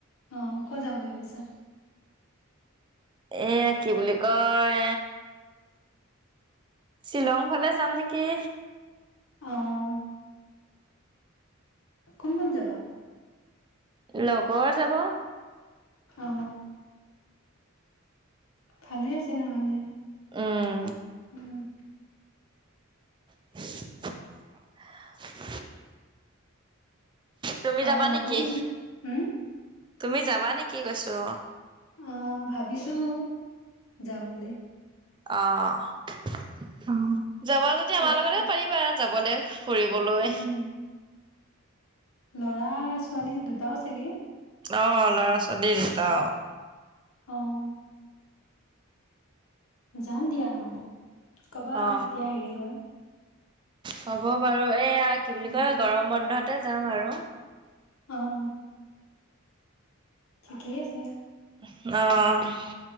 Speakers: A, on the left; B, on the right.
A: অ' ক'ত যাম বুলি ভাবিছা।
B: এয়া কি বুলি কয়। শ্বিলংৰ, ফালে যাম নেকি?
A: অ কোন কোন যাবা।
B: লগৰ যাব।
A: অ ভালে আছে নহলে
B: উম
A: উম-
B: <unintelligible> তুমি
A: আৰু
B: যাবা নেকি,
A: লগৰ খিনি হম
B: তুমি যাবা নেকি কৈছো।
A: অ' ভাবিছোঁ, যাম বুলি।
B: অ', অ', যাবা যদি
A: ক
B: আমাৰ লগতে পাৰিবা যাবলৈ। ফুৰিবলৈ।
A: উম ল'ৰা ছোৱালী দুটাও চাগে।
B: অ' ল'ৰা ছোৱালী দুটা অ'।
A: অ'। যাম দিয়া নহ'লে, ক'বা
B: অ
A: কেতিয়া হেৰি হয়।
B: হ'ব বাৰু এইয়া কি বুলি
A: উম।
B: কয় গৰম বন্ধতে যাম আৰু।
A: অ'। ঠিকেই আছে।
B: অ'।